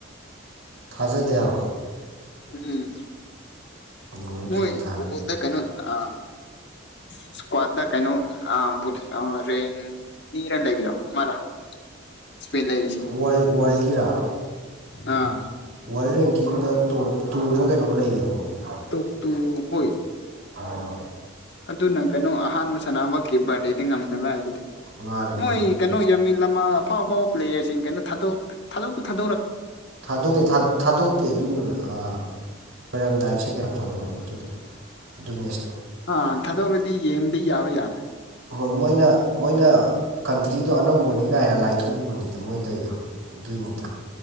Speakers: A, on the right (about 75°); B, on the left (about 55°).
A: ꯊꯥꯖꯗꯦ ꯍꯥꯏꯕ
B: ꯎꯝ
A: ꯑꯗꯨꯃꯥꯏꯅ
B: ꯍꯣꯏ
A: ꯗ꯭ꯔꯣ ꯇꯥꯅꯤ
B: ꯎꯃꯗ ꯀꯩꯅꯣ ꯑ ꯏꯁꯀꯋꯥꯠ ꯀꯩꯅꯩꯅꯣ ꯑ ꯄꯊ ꯇꯦꯡ ꯑꯅꯤꯔ ꯂꯩꯕꯗꯣ ꯃꯥꯗ ꯏꯁꯄꯤꯠ ꯂꯩꯔꯤꯁꯦ
A: ꯋꯥꯔꯜ ꯋꯥꯔꯜꯒꯤꯔꯥ
B: ꯑꯥ
A: ꯋꯥꯔꯜ ꯔꯦꯡꯀꯤꯡꯗ ꯇꯣꯞ ꯇꯗ ꯀꯩꯅꯣꯝ ꯂꯩꯕꯅꯤ ꯃꯣꯏ
B: ꯇ ꯇꯨ ꯍꯣꯏ
A: ꯑꯝ
B: ꯑꯗꯨꯅ ꯀꯩꯅꯣ ꯑꯍꯥꯟꯕ ꯁꯅꯥꯃꯀꯤ ꯕꯥꯔꯗꯦꯗꯤ ꯉꯝꯗꯕ ꯍꯥꯏꯈꯤꯗꯤ
A: ꯃꯥꯅꯦ
B: ꯃꯣꯏ
A: ꯃꯥꯅꯦ
B: ꯀꯩꯅꯣ ꯌꯥꯝꯃꯤꯂꯝꯃꯜ ꯑꯐꯥꯎ ꯑꯐꯥꯎꯕ ꯄ꯭ꯂꯦꯌꯥꯔꯁꯤꯡ ꯀꯩꯅꯣ ꯊꯥꯗꯣꯛ ꯊꯥꯗꯣꯛꯇꯨ ꯊꯥꯗꯛ
A: ꯊꯥꯗꯣꯛꯇꯦ ꯊꯥꯗꯣꯛꯇꯦ ꯑꯗꯨꯅꯥ ꯑꯣꯏꯣꯏꯔꯝꯗꯥꯏ ꯁꯦꯀ ꯊꯥꯗꯣꯛꯑꯅꯤ ꯑꯗꯨꯗꯣ ꯑꯗꯨ ꯃꯦꯁꯇꯣ
B: ꯑ ꯊꯥꯗꯣꯛꯔꯗꯤ ꯌꯦꯡꯕꯗꯤ ꯌꯥꯕ ꯌꯥꯔ
A: ꯍꯣꯏ ꯃꯣꯏꯅ ꯃꯣꯏꯅ ꯀꯟꯇ꯭ꯔꯤꯗꯣ ꯑꯅꯧꯕꯅꯤ ꯀꯥꯏꯅ ꯂꯥꯏꯊꯣꯛꯎꯕꯅꯤꯗ ꯃꯣꯏꯗꯩꯗꯣ ꯑꯗꯨꯏꯅꯤꯗ